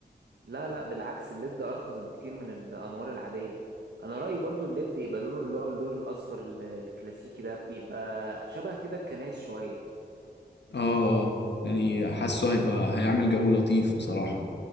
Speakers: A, on the right; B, on the left.
A: لا لا بالعكس الليد أرخص بكتير من الأنوار العادية أنا رأيي برضو الليد يبقى لونه اللي هو اللون الأصفر ال- الكلاسيكي ده بيبقى شبه كده الكنايس شوية
B: اه آه، يعني حاسه هيبقى هيعمل جو لطيف بصراحه